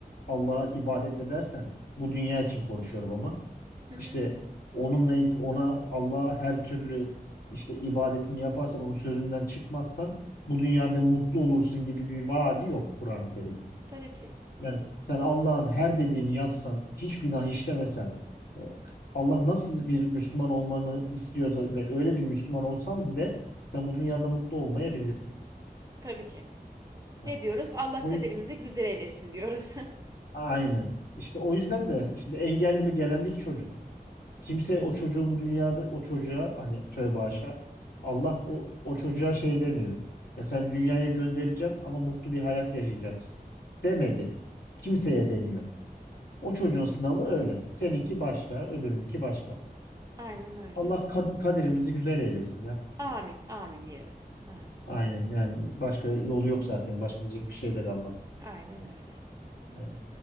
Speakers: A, on the left; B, on the right.
A: Allah'a ibadet edersen bu dünya için konuşuyorum ama
B: Hı hı,
A: işte onunla il- ona Allah'a her türlü işte ibadetini yaparsan onun sözünden çıkmazsan bu dünyada mutlu olursun gibi bir vaadi yok Kur'an-ı Kerim'in.
B: tabii ki.
A: Yani sen Allah'ın her dediğini yapsan, hiç günah işlemesen, e, Allah nasıl bir Müslüman olmanı istiyorsa ve öyle bir Müslüman olsan bile sen bu dünyada mutlu olmayabilirsin.
B: Tabii ki.
A: Ha.
B: Ne diyoruz? Allah
A: O,
B: kaderimizi
A: yüz-
B: güzel eylesin diyoruz.
A: aynen. İşte o yüzden de şimdi engelli bir gelen bir çocuk. Kimse o çocuğun bu dünyada o çocuğa hani tövbe haşa Allah o, o çocuğa şey demiyor. Ya sen dünyaya göndereceğim ama mutlu bir hayat yaşayacaksın demedi. Kimseye demiyor. O çocuğun sınavı öyle. Seninki başka, öbürününki başka.
B: <laughs> Aynen öyle.
A: Allah kad- kaderimizi güzel eylesin ya.
B: Amin, amin diyelim. Amin.
A: Aynen yani başka yolu yok zaten. Başka diyecek bir şey de kalmadı.
B: Aynen öyle.
A: Ee,